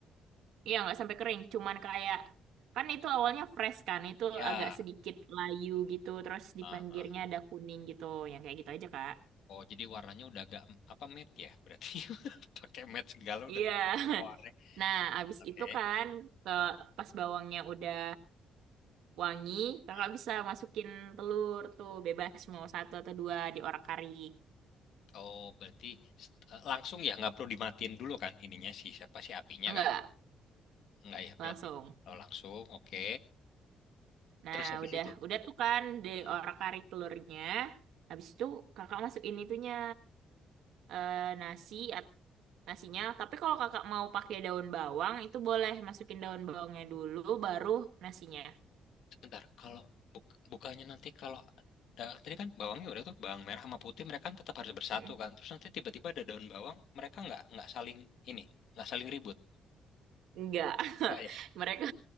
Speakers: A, on the right (about 80°); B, on the left (about 75°).
A: Iya, nggak sampai kering. Cuman kayak, kan itu awalnya fresh kan. Itu
B: Ya.
A: agak sedikit layu gitu. Terus di
B: ah,
A: pinggirnya
B: ah.
A: ada kuning gitu. Yang kayak gitu aja, Kak.
B: Oh, jadi warnanya udah agak apa matte ya? Berarti <laughs> pakai matte segala udah
A: Iya.
B: kayak
A: <laughs>
B: pewarna.
A: Nah, abis
B: Oke.
A: itu kan ke pas bawangnya udah wangi, kakak
B: Hmm.
A: bisa masukin telur tuh bebas mau satu atau dua di orak arik
B: Oh, berarti eh, langsung ya nggak perlu dimatiin dulu kan ininya sih siapa sih apinya
A: Enggak.
B: kan? Nggak ya
A: langsung.
B: berarti. Oh, langsung. Oke.
A: Nah,
B: Terus habis
A: udah
B: itu.
A: udah tuh kan di
B: Hmm.
A: orak-arik telurnya. Habis itu kakak masukin itunya eh, nasi at- nasinya. Tapi kalau kakak mau pakai daun bawang itu boleh masukin daun bawangnya dulu baru nasinya.
B: Sebentar, kalau buk- bukannya nanti kalau da- tadi kan bawangnya udah tuh bawang merah sama putih mereka kan tetap harus bersatu
A: Mm.
B: kan. Terus nanti tiba-tiba ada daun bawang mereka nggak nggak saling ini nggak saling ribut.
A: Enggak. <laughs>
B: Enggak ya?
A: Mereka